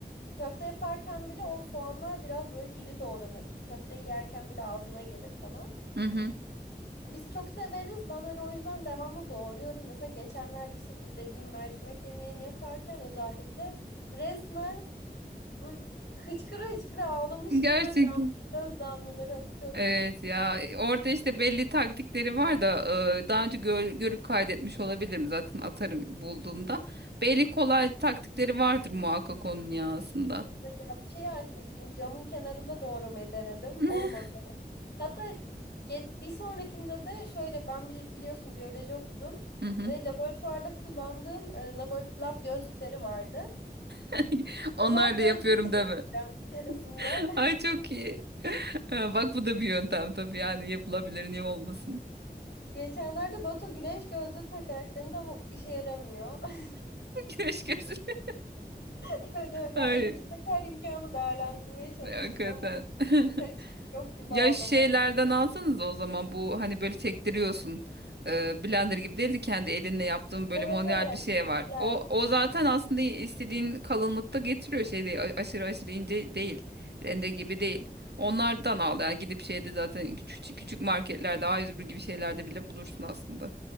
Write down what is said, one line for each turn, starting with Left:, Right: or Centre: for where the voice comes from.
Left: Köfte yaparken bile o soğanlar biraz böyle iri doğranır. Köfteyi yerken bile ağzına gelir falan.
Right: Hı hı.
Left: Biz çok severiz. Ben hani o yüzden devamlı doğruyorum. Mesela geçenlerde işte bu dediğim mercimek yemeğini yaparken özellikle resmen böyle hıçkıra hıçkıra ağlamış gibi
Right: Gerçek.
Left: böyle dam göz damlaları akıyordu.
Right: Evet ya orada işte belli taktikleri var da e, daha önce gö- görüp kaydetmiş olabilirim zaten atarım bulduğumda. Belli kolay taktikleri vardır muhakkak onun ya aslında.
Left: Kesinlikle ya bir şey açmıştım. Camın kenarında doğramayı denedim.
Right: <laughs>
Left: Olmadı. Hatta ge- bir sonrakinde de şöyle ben bir biliyorsun biyoloji okudum
Right: Hı hı.
Left: ve laboratuvarda kullandığım e, labor lab gözlükleri vardı.
Right: <laughs> Onlarla
Left: O lab gözlüğüyle
Right: yapıyorum deme.
Left: deneyeceğim bir keresinde.
Right: <laughs> Ay çok iyi. <laughs> Ha, Bak bu da bir yöntem tabii yani yapılabilir niye olmasın.
Left: Geçenlerde Batu güneş gözlüğü takarak denedi ama işe yaramıyor. <laughs>
Right: <laughs> Güneş gözlüğü.
Left: Evet, evet.
Right: Ay
Left: Ya elimizdeki her imkanı değerlendirmeye çalıştık
Right: hakikaten.
Left: ama
Right: <laughs>
Left: kaçış yok gibi
Right: Ya
Left: ağlamak.
Right: şeylerden alsanız o zaman bu hani böyle sektiriyorsun. Ee, blender gibi değil de kendi elinle yaptığın böyle
Left: Evet
Right: manuel
Left: evet.
Right: bir şey
Left: Teşekkürler.
Right: var. O o zaten aslında istediğin kalınlıkta getiriyor şey değil. a- Aşırı aşırı ince değil. Rende gibi değil. Onlardan al yani gidip şeyde zaten küçük küçük marketlerde A101 gibi şeylerde bile bulursun aslında.